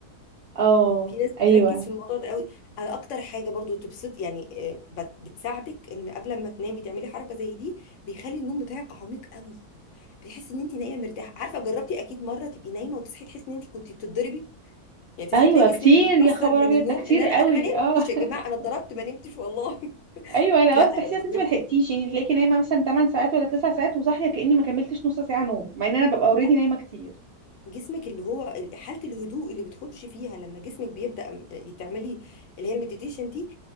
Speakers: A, on the right; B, on the left.
A: اه
B: في ناس بتركز
A: أيوه
B: في الموضوع ده قوي انا اكتر حاجه برضو تبسط يعني آه، بت- بتساعدك ان قبل ما تنامي تعملي حركه زي دي بيخلي النوم بتاعك عميق قوي بتحسي ان انت نايمه مرتاحه عارفه جربتي اكيد مره تبقي نايمه وتصحي تحسي ان انت كنت بتتضربي يعني تصحي
A: أيوه
B: تلاقي جسمك
A: كتير
B: متكسر
A: يا خبر
B: من
A: أبيض
B: النوم
A: ده كتير
B: ان انا
A: قوي
B: انا ما نمتش
A: اه
B: يا
A: <laughs>
B: جماعه انا اتضربت ما نمتش والله <laughs>
A: أيوه أنا
B: لا
A: أصلا تحسي
B: لو
A: أصلا أنت
B: جربتي
A: ملحقتيش يعني تلاقيكي نايمة مثلا 8 ساعات ولا 9 ساعات وصاحية كأني ما كملتش نص ساعة نوم مع إن أنا ببقى أوريدي
B: لا
A: نايمة كتير
B: جسمك اللي هو ال- حاله الهدوء اللي بتخش فيها لما جسمك بيبدا م- تعملي اللي هي المديتيشن دي